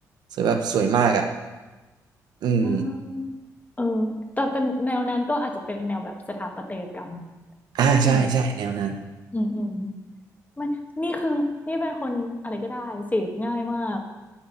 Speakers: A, on the right; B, on the left.
A: สวยแบบสวยมากอ่ะอืม
B: อ่าเออแต่เป็นแนวนั้นก็อาจจะเป็นแนวแบบสถาปัตยกรรมอะไรอย่างเงี้ย
A: อ่าใช่ใช่แนวนั้น
B: อืมอืมอืม ไม่นี่คือ นี่เป็นคนอะไรก็ได้ เสพง่ายมาก